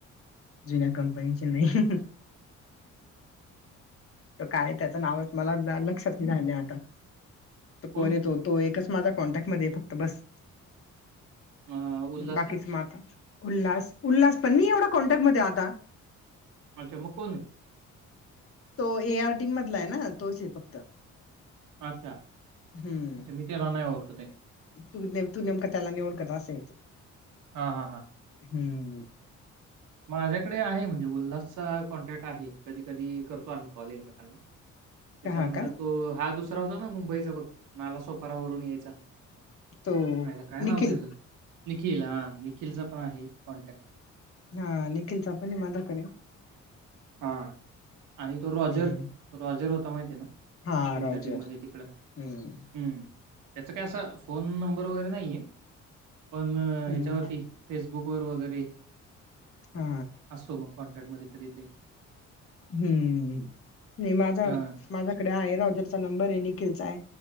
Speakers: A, on the left; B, on the right.
A: जुन्या कंपनी चेन नाहीई. त काय त्याचं नावच मला लक्षात नाही राहिलं आता त
B: कोण
A: कोणी येतो तो एकच माझा कॉन्टॅक्टमध्येध्ये फक्त बस.
B: अं, उल्हास
A: बाकीच
B: का
A: माता उल्हास उल्हास पण म एवढा कॉन्टॅक्ट मध्ये आता
B: अच्छा मुकून
A: तो ए आर टीम मधला आहे ना तोच आहे फक्त
B: अच्छा
A: हम्म
B: अच्छा मटे राांना आहे लते.
A: तू तू नेमकं त्याला निवड कर असं येते.
B: हा हा हा.
A: हम्म
B: माझ्याकडे आहे म्हणजे उल्हास चा कॉन्टॅक्ट आहे कधी कधी करतो आम्ही कॉलेजमेकां <unintelligible> त्याच्यानंतर
A: का हा का
B: तो हा दुसरा होता ना मुंबईचा बघ नालासोफारावररून यायचा.
A: तो
B: ला काय नाव
A: निखिल
B: त्याचं निखिल हा निखिलच पण आहे कॉन्टॅक्ट
A: हा निखिलचा पण माझ्याकडे
B: हा आणि तो रॉजर
A: हम्म
B: रॉजर होता माहिती आहे ना.
A: हा
B: तुमच्या
A: रॉजर
B: टीममध्येध्ये तिकडं
A: हम्म
B: हम्म. त्याचा काय अस फोन नंबर वगैरे नाहीय पण
A: हम्म
B: हच्यावरती फेसबुक र वगैरे
A: हा
B: असतो मग कॉन्ट्रॅक्ट म कधीतरी
A: हम्म नाही माझा
B: हां
A: माझ्याकडे आहे रॉजरचा नंबर आहे निखिलचा आहे.